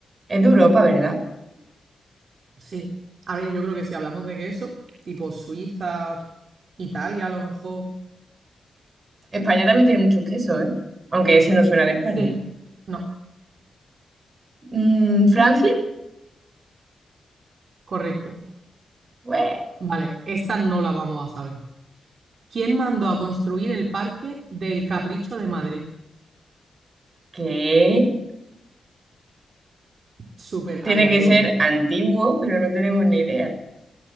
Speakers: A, on the right; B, on the right.
A: es de Europa, ¿verdad?
B: Sí, a ver, yo creo que si hablamos de queso, tipo Suiza, Italia a lo mejor.
A: España también tiene muchos quesos, ¿eh? Aunque ese no suena de España.
B: Sí, no,
A: Mm, ¿Francia?
B: correcto.
A: Bue,
B: Vale, esta no la vamos a saber. ¿Quién mandó a construir el Parque del Capricho de Madrid?
A: ¿Qué?
B: Súper
A: Tiene
B: aleatorio.
A: que ser antiguo, pero no tenemos ni idea.